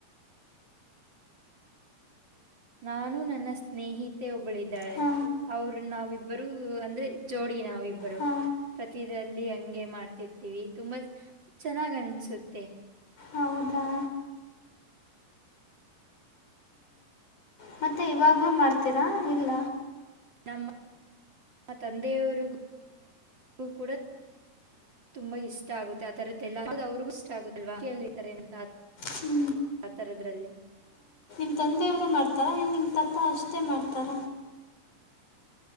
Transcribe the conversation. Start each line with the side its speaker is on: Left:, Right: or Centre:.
Right: ನಾನು ನನ್ನ ಸ್ನೇಹಿತೆ ಒಬ್ಬಳಿದ್ದಾಳೆ
Left: ಹಾ
Right: ಅವರು ನಾವಿಬ್ಬರು ಅಂದ್ರೆ ಜೋಡಿ ನಾವಿಬ್ಬರು
Left: ಹಾ
Right: ಪ್ರತಿದಲ್ಲಿ ಹಂಗೆ ಮಾಡ್ತಿರ್ತೀವಿ ತುಂಬಾ ಚೆನ್ನಾಗ್ ಅನ್ಸುತ್ತೆ
Left: ಹೌದಾ ಮತ್ತೆ ಇವಾಗ್ಲೂ ಮಾಡ್ತೀರ ಾ ಇಲ್ಲ
Right: ನಮ್ಮ ನಮ್ಮ ತಂದೆಯವರಿಗೂಗೂ ಕೂಡ ತುಂಬಾ ಇಷ್ಟ ಆಗುತ್ತೆ ಆತರದ್ದೆಲ್ಲ ಅವ್ರಿಗೂ ಇಷ್ಟ ಆಗುದಲ್ವಾತ
Left: ಹ್ಞೂ
Right: ಆತರದ್ರಲ್ಲಿ
Left: ನಿ ತಂದೆಯವರು ಮಾಡ್ತಾರ ಇ ನಿಮ್ಮ ತತ್ತ ಅಷ್ಟೇ ಮಾಡ್ತಾರ